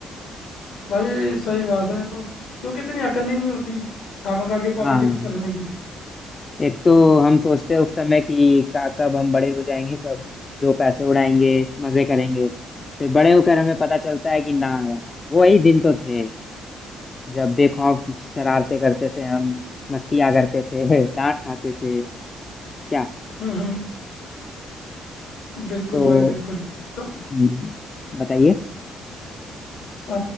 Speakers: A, on the left (about 85°); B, on the left (about 30°).
A: भाई सही बात है तो क्योंकि इतनी अकल ही नहीं होती खामखा की पॉलिटिक्स
B: हाँ
A: करने की
B: एक तो हम सोचते हैं उस समय कि का कब हम बड़े हो जाएंगे कब जो पैसे उड़ाएंगे मजे करेंगे फिर बड़े होकर हमें पता चलता है कि ना यार वही दिन तो थे जब बेखौफ शरारते करते थे हम मस्तियाँ करते थे <laughs> डांट खाते थे क्या
A: हम्म हम्म बिल्कुल
B: तो
A: भाई बिल्कुल तो
B: हम्म, बताइए
A: अ,